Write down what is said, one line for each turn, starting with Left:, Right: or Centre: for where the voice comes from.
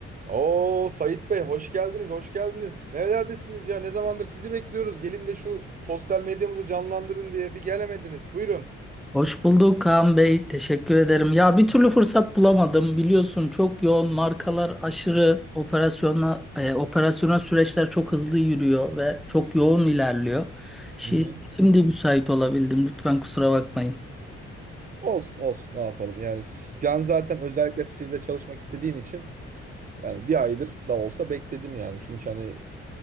Right: Oo Sait Bey hoş geldiniz hoş geldiniz. Nerelerdesiniz ya? Ne zamandır sizi bekliyoruz. Gelin de şu sosyal medyamızı canlandırın diye bir gelemediniz. Buyurun.
Centre: Hoş bulduk Kaan Bey. Teşekkür ederim. Ya bir türlü fırsat bulamadım. Biliyorsun çok yoğun markalar aşırı operasyona e, operasyona süreçler çok hızlı yürüyor ve çok yoğun ilerliyor. Şi-
Right: Hı hı.
Centre: Şimdi müsait olabildim. Lütfen kusura bakmayın.
Right: Olsun olsun ne yapalım yani s- ben zaten özellikle sizle çalışmak istediğim için Yani bir aydır da olsa bekledim yani. Çünkü hani